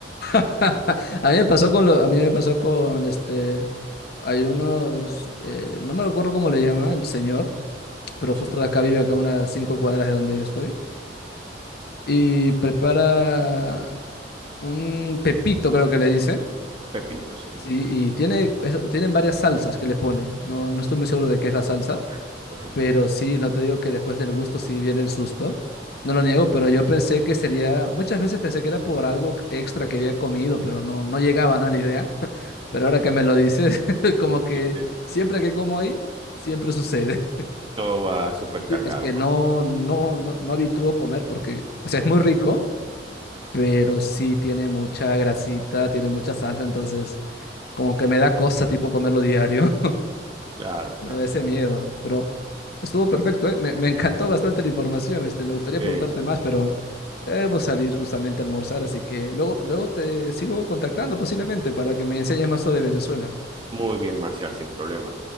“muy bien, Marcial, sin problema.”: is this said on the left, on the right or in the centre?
Right